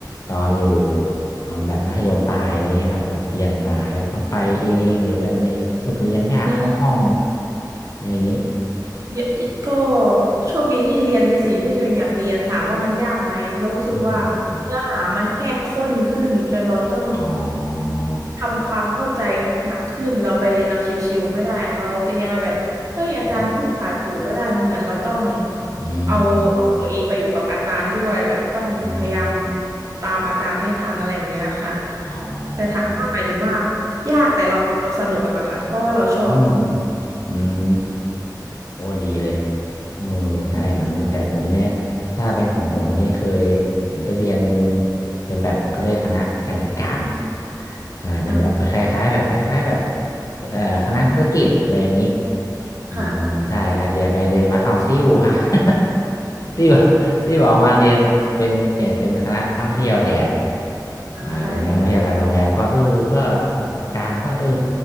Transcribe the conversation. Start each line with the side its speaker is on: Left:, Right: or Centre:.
Left: ตอนอยู่ตอนแบบมัธยมปลายอะไรเงี้ยแบบแบบเปลี่ยนสายแบบต้องไปเองหรือแบบอะไรเงี้ยรู้สึกเรียนยากเข้าห้อง
Right: อืม
Left: อะไรอย่างงี้
Right: เยอะก็โชคดีที่เรียนในสิ่งที่ตัวเองอยากเรียนถามว่ามันยากไหมแล้วรู้สึกว่าเนื้อหามันแค่ข้นขึ้นจนเราต้อง
Left: อืมอืมอมอ๋อ
Right: ทำความเข้าใจหนักขึ้นเราไปเรียนเอาชิวๆไม่ได้อะเขาเราไปเรียนเอาแบบเอ้ยอาจารย์พูดผ่านหูไม่ได้มันเหมือนเราต้อง
Left: อืมอืมอืม
Right: เอาเอาตัวเองไปอยู่กับอาจารย์ด้วยแบบต้องพยายาม
Left: อืม
Right: ตามอาจารย์ให้ทันอะไรแบบเนี้ยค่ะ
Left: อ๋อ
Right: แต่ถามว่าหมายถึงว่ายากแต่เราเราสนุกอะค่ะเพราะว่าเราชอบ
Left: อืมอืมอืมโอ้ดีเลยเออใช่เหมือนแต่ผมเนี่ยถ้าเป็นของผมนี่เคยผมไปเรียนเป็นแบบเขาเรียกคณะการจัดการใช่เป็นแบบคล้ายๆแบบคล้ายๆแบบ
Right: อ๋อ
Left: เอ่อคณะธุรกิจอะไรอย่างนี้อืมใช่ใช่เรียนไปเรียนมาเอาซิ่วครับ
Right: ค่ะ
Left: <laughs> ซิ่วซิ่วออกมาเรียนเป็นเปลี่ยนเป็นคณะท่องเที่ยวแทน
Right: อ่าค่ะ
Left: อ่าเป็นนักท่องเที่ยวการโรงแรมก็เออก็ประสบการณ์ก็เออ